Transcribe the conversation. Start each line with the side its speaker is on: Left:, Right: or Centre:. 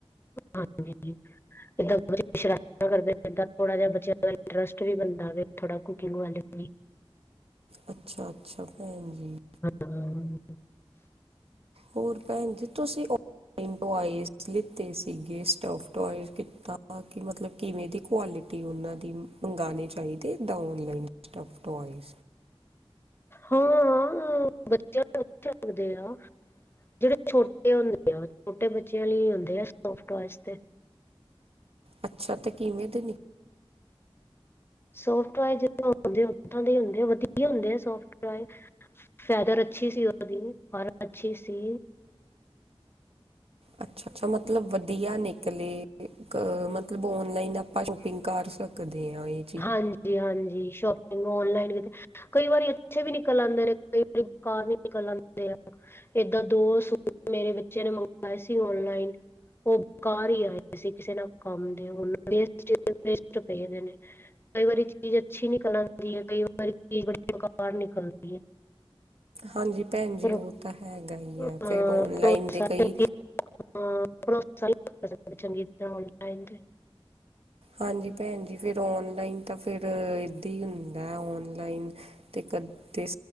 Left: ਹਾਂਜੀ। ਇੱਦਾਂ ਸ਼ਰਾਰਤਾਂ ਕਰਦੇ ਏਦਾਂ ਥੋੜਾ ਜਾ ਬੱਚਿਆਂ ਦਾ ਇੰਟਰਸਟ ਵੀ ਬਣਦਾ ਵੇ ਥੋੜਾ ਕੁਕਿੰਗ ਵੱਲ ਵੀ। <inaudible>
Right: ਅੱਛਾ-ਅੱਛਾ ਭੈਣ ਜੀ।
Left: ਹੂੰ।
Right: ਹੋਰ ਭੈਣ ਜੀ ਤੁਸੀਂ ਉ ਲਾਇਨ ਟੋਇਸ ਲਿੱਤੇ ਸੀਗੇ। ਸਟੋਫ ਟੋਇਜ਼ ਕਿੱਦਾਂ, ਕਿ ਮਤਲਬ ਕਿਵੇਂ ਦੀ ਕੁਆਲਿ ਤੇ ਉਹਨਾਂ ਦੀ ਮੰਗਾਨੇ ਚਾਹੀਦੇ ਏਦਾ ਔਨਲਾਈਨ ਟਫ ਟੋਇਜ਼।
Left: ਹਾਂ-ਹਾਂ, ਬੱਚਿਆ ਨੂੰ ਅਛੇ ਲੱਗਦੇ ਆ। ਜਿਹੜੇ ਛੋਟੇ ਹੁੰਦੇ ਆ, ਛੋਟੇ ਬੱਚਿਆਂ ਲਈ ਹੁੰਦੇ ਆ ਸਟੋਫ ਟੋਇਜ਼ ਤੇ।
Right: ਅੱਛਾ ਤੇ ਕਿਵੇਂ ਦੇ ਨਿ
Left: ਸੋਫਟ ਟੋਆਜ ਜਿਦਾ ਹੁਂਦੇ, ਉਦਾਂ ਦੇ ਹੀ ਹੁੰਦੇ ਆ। ਵਧੀਆ ਹੁੰਦੇ ਆ ਸੋਫਟ ਟੋਆਏ। ਫੈਦਰ ਅੱਛੀ ਸੀ ਉਹਦੀ, ਫਰ ਅੱਛੀ ਸੀ।
Right: ਅੱਛਾ-ਅੱਛਾ ਮਤਲਬ ਵਧੀਆ ਨਿਕਲੇ ਅ ਮਤਲਬ ਓਨਲਾਈਨ ਆਪਾਂ ਸੌ ਪਿੰਗ ਕਰ ਸਕਦੇ ਆਂ ਏ।
Left: ਹਾਂਜੀ-ਹਾਂਜੀ ਸ਼ੋਪ ਪਿੰਗ ੳਨਲਾਈਨ ਤੇ। ਕਈ ਵਾਰੀ ਅੱਛੇ ਵੀ ਨਿਕਲ ਆਂਦੇ ਨੇ, ਕਈ ਵਾਰੀ ਬਕਾਰ ਵੀ ਨਿਕਲ ਆਂਦੇ ਆ। ਏਦਾਂ ਦੋ ਸੂਟ ਮੇਰੇ ਬੱਚੇ ਨੇ ਮੰਗਵਾਏ ਸੀ ਓਨਲਾਈਨ ਉਹ ਬਕਾਰ ਈ ਆਏ ਸੀ। ਕਿਸੇ ਨਾ ਕੰਮ ਦੇ ਉ ਹੁਨ ਵੇਸਟ ਈ ਵੇਸਟ ਪਏ ਦੇ ਨੇ। ਕਈ ਵਾਰੀ ਚੀਜ਼ ਅੱਛੀ ਨਿਕਲ ਆਂਦੀ ਏ। ਕਈ ਵਾਰੀ ਚੀਜ਼ ਬੜੀ ਬੇਕਾਰ ਨਿਕਲਦੀ ਹੈ
Right: ਹਾਂਜੀ ਭੈਣ ਜੀ
Left: ਪਰ
Right: ਉਹ ਤਾਂ ਹੈਗਾ ਈ ੲੈ,
Left: ਅਹ
Right: ਫੇਰ ਔਨਲਾਈਨ
Left: ਭਰੋਸਾ
Right: ਦੇ ਕਈ
Left: ਨਹੀਂ ਹਾਂ ਭਰੋਸਾ ਨਹੀਂ ਹੁੰਦਾ ਚੰਗੀ ਤਰ੍ਹਾਂ ਆਨਲਾਈਨ ਤੇ।
Right: ਹਾਂਜੀ ਭੈਣ ਜੀ ਫਿਰ ਔਨਲਾਈਨ ਤਾਂ ਫਿਰ ਏਦਾਂ ਹੀ ਹੁੰਦਾ ਹੈ ਔਨਲਾਈਨ ਤੇ ਕਦੇ